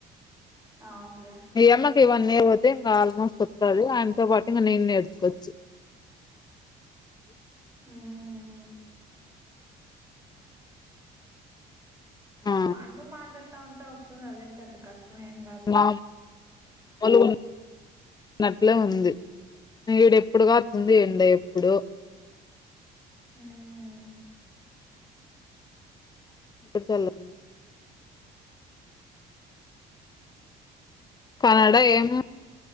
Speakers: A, on the right; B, on the left.
A: అవునులే
B: ఈయమ్మ కి ఈ వన్ ఇయర్ పోతే ఇంకా ఆల్మోస్ట్ వస్తాది. ఆయనతో పాటు ఇంగ నేను నేర్చుకోవచ్చు.
A: ఉమ్
B: ఆ
A: మనము మాట్లాడుతా ఉంటే వస్తాది. అదేం పెద్ద కష్టమేం
B: మాములుగా ఉన్నట్లే ఉంది. ఈడ ఎప్పుడుగాతుంది
A: ఉమ్
B: ఎండ ఎప్పుడో
A: ఉమ్
B: పెద్దోళ్ళు కాడ ఏమో